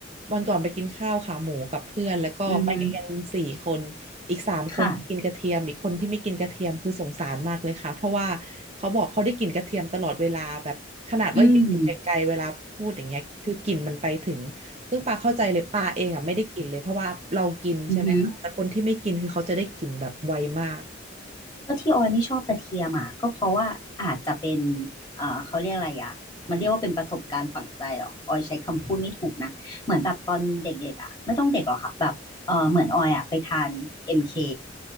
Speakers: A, on the right; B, on the left.
A: วันก่อนไปกินข้าวขาหมูกับเพื่อนแล้วก็ไปกินกันสี่คนอีกสามคนที่กินกระเทียมอีกคนที่ไม่กินกระเทียมคือสงสารมากเลยค่ะเพราะว่า
B: อือฮึค่ะ
A: เขาบอกเขาได้กลิ่นกระเทียมตลอดเวลาแบบขนาดว่ายืนอยู่ไกลๆเวลาพูดอย่างเงี้ยคือกลิ่นมันไปถึงซึ่งปาเข้าใจเลยปาเองอ่ะไม่ได้กลิ่นเลยเพราะว่าเรากินใช่ไหมคะแต่คนที่ไม่กินคือเขาจะได้กลิ่นแบบไวมาก
B: อืมอือฮึ ก็ที่ออยไม่ชอบกระเทียมอ่ะก็เพราะว่าอาจจะเป็นเอ่อเขาเรียกอะไรอะมันเรียกว่าเป็นประสบการณ์ฝังใจเหรอออยใช้คำพูดไม่ถูกนะเหมือนแบบตอนเด็กๆอ่ะไม่ต้องเด็กหรอกค่ะแบบเออเหมือนออยอ่ะไปทานเอ็มเค